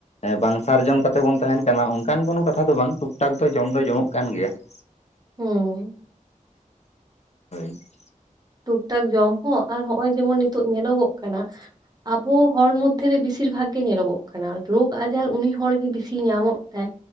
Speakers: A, on the left (about 50°); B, on the right (about 30°).
A: ᱵᱟᱝ ᱥᱟᱨᱡᱚᱢ ᱠᱟᱛᱮᱜ ᱵᱚᱱ ᱛᱟᱦᱮᱱ ᱠᱟᱱᱟ, ᱚᱱᱠᱟᱱ ᱠᱚᱱᱳ ᱠᱟᱛᱷᱟ ᱫᱚ ᱵᱟᱝ ᱴᱩᱠ ᱴᱟᱠ ᱫᱚ ᱡᱚᱢ ᱫᱚ ᱡᱚᱢᱚᱜ ᱠᱟᱱ ᱜᱮᱭᱟ ᱾
B: ᱦᱩᱸ
A: <unintelligible>
B: ᱴᱩᱠᱼ ᱴᱟᱠ ᱡᱚᱢ ᱦᱚᱸ ᱟᱨ ᱱᱚᱜᱼᱚᱭ ᱡᱮᱢᱚᱱ ᱱᱤᱛᱚᱜ ᱧᱮᱞᱚᱜᱚᱜ ᱠᱟᱱᱟ ᱾ ᱟᱵᱚ ᱦᱚᱲ ᱢᱚᱫᱽᱫᱷᱮᱨᱮ ᱵᱮᱥᱤᱨ ᱵᱷᱟᱜᱽ ᱜᱮ ᱧᱮᱞᱚᱜᱚᱜ ᱠᱟᱱᱟ, ᱨᱳᱜᱽ ᱟᱡᱟᱨ ᱩᱱᱤ ᱦᱚᱲᱜᱮ ᱵᱤᱥᱤ ᱧᱟᱢᱚᱜ ᱛᱟᱭ